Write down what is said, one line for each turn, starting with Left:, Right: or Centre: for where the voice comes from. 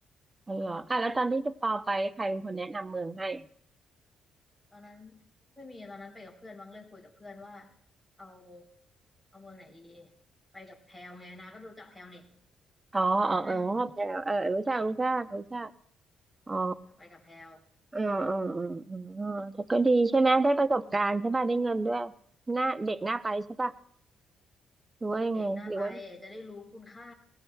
Right: อ๋อเหรออ่ะแล้วตอนที่จะเปาไปใครเป็นคนแนะนำเมืองให้
Centre: ตอนนั้นไม่มีตอนนั้นไปกับเพื่อนมั้งเลยคุยกับเพื่อนว่าเอาเอาเมืองไหนดีไปกับแพลวไงนะก็รู้จักแพลวนี่
Right: อ๋ออ๋อเออแพรวเออรู้จักรู้จักรู้จัก
Centre: ใช่ไหม
Right: อ๋อ
Centre: เออไปกับแพลว
Right: อืมอืมอืมอืมแต่ก็ดีใช่ไหม ได้ประสบการณ์ใช่ป่ะได้เงินด้วยหน้าเด็กหน้าไปใช่ป่ะหรือว่ายังไงหรือว่า
Centre: เด็กหน้าไปจะได้รู้คุณค่า